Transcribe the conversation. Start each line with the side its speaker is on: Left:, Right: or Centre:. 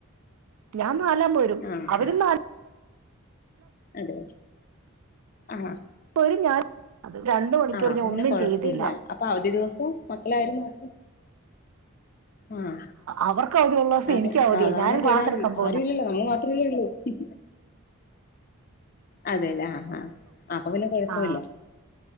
Right: ഞാൻ നാലാം പോരും
Left: ആഹ്
Right: അവരുംനാൽ
Left: ഹാ അതെ ആ
Right: പ്പോഴും ഞാൻ അത് <inaudible> രണ്ട് മണിക്കൂർ
Left: അപ്പൊ
Right: ഞാൻ
Left: പിന്നെ
Right: ഒന്നും
Left: കൊഴപ്പവില്ല
Right: ചെയ്യതില്ല
Left: അപ്പൊ അവധി ദിവസം മക്കളെ ആര് നോക്കും ആഹ
Right: അവർക്ക് അവധി ഉള്ള ദിവസം
Left: അതെ
Right: എനിക്കും അവധിയാ
Left: സാവദാനം
Right: ഞാനും ക്ലാസ്
Left: ചെയ്താ മതി
Right: എടുക്കാൻ പോകുന്ന
Left: ആരുല്ലല്ലോ നമ്മൾ മാത്രല്ലേ ഉള്ളൂഹിഹി അതേലെ ആ ആഹ അപ്പൊ പിന്നെ കൊഴപ്പില്ല
Right: ആ